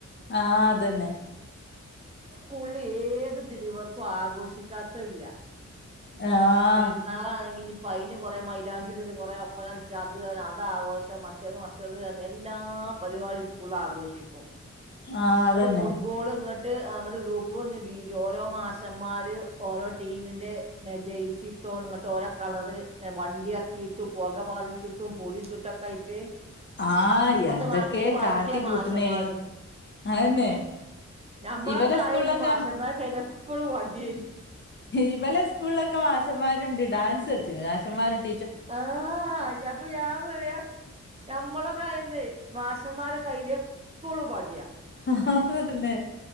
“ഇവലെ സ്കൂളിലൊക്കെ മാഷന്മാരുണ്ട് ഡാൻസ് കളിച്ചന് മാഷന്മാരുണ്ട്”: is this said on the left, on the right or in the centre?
Left